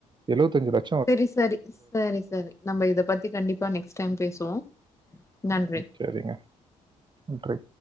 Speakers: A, on the right; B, on the left.
A: எழுவத்தஞ்சு ரூவா
B: சேரி சேரி சேரி சேரி நம்ம இத பத்தி கண்டிப்பா நெக்ஸ்ட் டைம் பேசுவோ நன்றி
A: சேரிங்க நன்றி